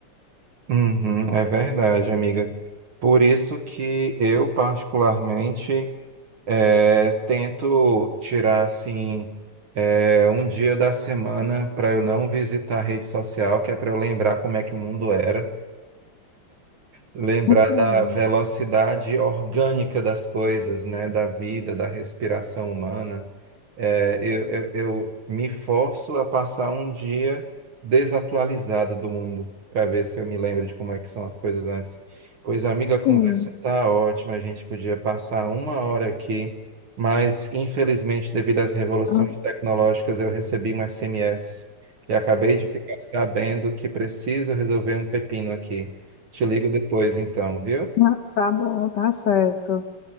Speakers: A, on the right; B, on the left.
A: Uhum, é verdade, amiga. Por isso que eu, particularmente, é, tento tirar, assim, é, um dia da semana para eu não visitar a rede social, que é para eu lembrar como é que o mundo era lembrar
B: Assim,
A: da velocidade orgânica das coisas, né? Da vida, da respiração humana. É, eu, eu, eu me forço a passar um dia desatualizado do mundo, para ver se eu me lembro de como é que são as coisas antes. Pois, amiga, a conversa
B: sim.
A: tá ótima, a gente podia passar uma hora aqui, mas infelizmente, devido às revoluções
B: Ah,
A: tecnológicas, eu recebi um SMS e acabei de ficar sabendo que preciso resolver um pepino aqui. Te ligo depois, então, viu?
B: ah, tá bom, tá certo.